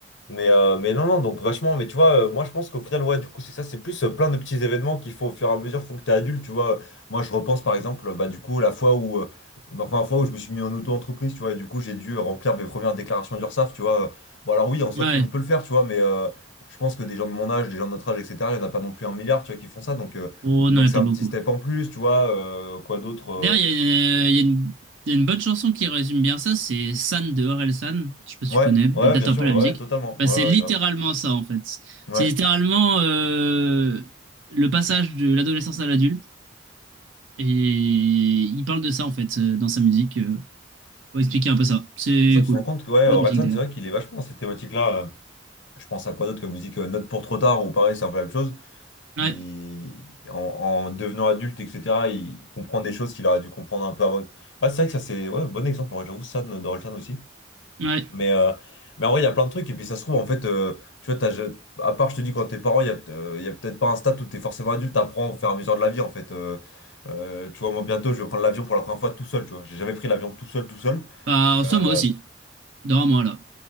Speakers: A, on the left (about 75°); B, on the right (about 85°).
A: mais euh, mais non non donc vachement mais tu vois euh, moi je pense qu'au final ouais du coup c'est ça c'est plus euh, plein de petits événements qui font au fur et à mesure font que t'es adulte tu vois moi je repense par exemple bah du coup la fois où euh, ma première fois où je me suis mis en auto-entreprise tu vois et du coup j'ai dû euh, remplir mes premières déclarations d'URSSAF tu vois bon alors oui en soi
B: Ouais.
A: tout le monde peut le faire tu vois mais euh, je pense que des gens de mon âge des gens de notre âge etc il n'y en a pas non plus un milliard tu vois qui font ça donc euh,
B: Oh,
A: donc
B: non, mais
A: c'est
B: pas
A: un
B: beaucoup.
A: petit step en plus tu vois euh, quoi d'autre euh,
B: D'ailleurs, il y a, il y a une, il y a une bonne chanson qui résume bien ça, c'est San de Orelsan. Je sais pas si
A: ouais
B: tu connais,
A: ouais
B: elle date
A: bien sûr
B: un peu la
A: ouais
B: musique.
A: totalement
B: Bah,
A: ouais,
B: c'est littéralement
A: ouais grave.
B: ça, en fait.
A: Ouais.
B: C'est littéralement euh, le passage de l'adolescence à l'adulte. Et il parle de ça, en fait, euh, dans sa musique. euh, pour expliquer un peu ça. C'est
A: Ça, tu
B: cool.
A: te rends compte que ouais,
B: Bonne
A: Orelsan,
B: musique, d'ailleurs.
A: c'est vrai qu'il est vachement dans cette thématique-là. euh, Je pense à quoi d'autre comme musique, euh, Note pour trop tard, ou pareil, c'est un peu la même chose.
B: Ouais.
A: Il, en, en devenant adulte, etc., il comprend des choses qu'il aurait dû comprendre un peu avant. Ah, c'est vrai que ça, c'est ouais, bon exemple, ouais, j'avoue, ça, d'Orelsan aussi.
B: Ouais.
A: Mais, euh, mais en vrai, il y a plein de trucs, et puis ça se trouve, en fait, euh, tu vois, t'as, ja- à part, je te dis, quand t'es parent, il y a, euh, il y a peut-être pas un stade où t'es forcément adulte, t'apprends au fur et à mesure de la vie, en fait. Euh, euh, tu vois, moi, bientôt, je vais prendre l'avion pour la première fois tout seul, tu vois. J'ai jamais pris l'avion tout seul, tout seul.
B: Bah, en soi,
A: Euh,
B: moi aussi. Dans moi, là.